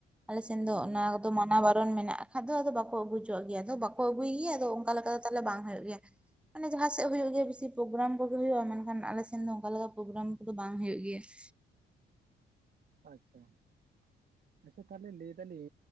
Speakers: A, in the centre; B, on the right.
A: ᱟᱞᱮ ᱥᱮᱱ
B: ᱦᱮᱸ
A: ᱫᱚ ᱚᱱᱟ?
B: ᱦᱮᱸ
A: ᱛᱚ ᱢᱟᱱᱟ ᱵᱟᱨᱚᱱ ᱢᱮᱱᱟᱜ ᱠᱷᱟᱱ ᱫᱚ ᱵᱟᱠᱚ ᱟᱹᱜᱩ ᱪᱚᱣᱟᱜ ᱜᱮᱭᱟ ᱟᱫᱚ ᱵᱟᱠᱚ ᱟᱹᱜᱩᱭ ᱜᱮᱭᱟ ᱟᱫᱚ ᱚᱱᱠᱟ ᱞᱮᱠᱟ ᱫᱚ ᱛᱟᱦᱚᱞᱮ ᱵᱟᱝ ᱦᱩᱭᱩᱜ ᱜᱮᱭᱟ ᱾ ᱢᱟᱱᱮ ᱡᱟᱦᱟᱸ ᱥᱮᱜ ᱦᱩᱭᱩᱜ ᱜᱮᱭᱟ ᱵᱮᱥᱤ ᱾ ᱯᱨᱳᱜᱨᱟᱢ ᱠᱚᱜᱮ ᱦᱩᱭᱩᱜᱼᱟ, ᱢᱮᱱᱠᱷᱟᱱ ᱟᱞᱮ ᱥᱮᱱ ᱫᱚ ᱚᱱᱠᱟ ᱞᱮᱠᱟ ᱯᱨᱳᱜᱨᱟᱢ ᱠᱚᱫᱚ ᱵᱟᱝ ᱦᱩᱭᱩᱜ ᱜᱮᱭᱟ ᱾
B: ᱟᱪᱪᱷᱟ ᱾ ᱟᱪᱪᱷᱟ? ᱛᱟᱦᱚᱞᱮ ᱞᱟᱹᱭᱮᱫᱟᱞᱤᱧ